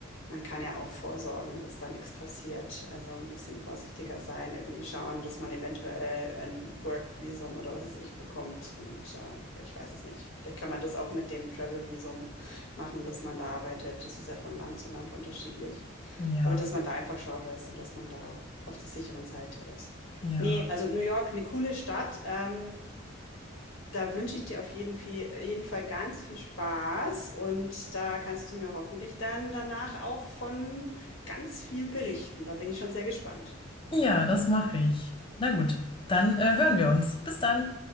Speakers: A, on the left; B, on the left.
A: man kann ja auch vorsorgen, dass da nichts passiert. Also, ein bisschen vorsichtiger sein, irgendwie schauen, dass man eventuell ein Work-Visum oder was weiß ich bekommt und, äh, ich weiß es nicht. Vielleicht kann man das auch mit dem Travel-Visum machen, dass man da arbeitet. Das ist ja von Land zu Land unterschiedlich.
B: Ja,
A: Aber dass man da einfach schaut, weißt du, dass man da auf der sicheren Seite ist.
B: ja.
A: Ne, also New York eine coole Stadt, ähm, Da wünsche ich dir auf jeden Fe jeden Fall ganz viel Spaß und da kannst du mir hoffentlich dann danach auch von ganz viel berichten. Da bin ich schon sehr gespannt.
B: Ja, das mache ich. Na gut, dann äh, hören wir uns. Bis dann.